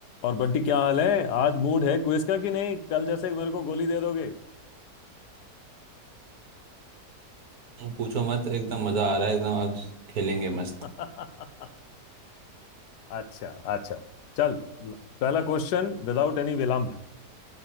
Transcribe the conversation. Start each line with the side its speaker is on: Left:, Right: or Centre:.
Left: और बंटी क्या हाल है आज मूड है क्विज का कि नहीं कल जैसे ही मेरे को गोली दे दोगे
Right: तुम पूछो मत एकदम मजा आ रहा है एकदम आज खेलेंगे मस्त
Left: <laughs> अच्छा अच्छा चल पहला क्वेश्चन विदाउट एनी विलंब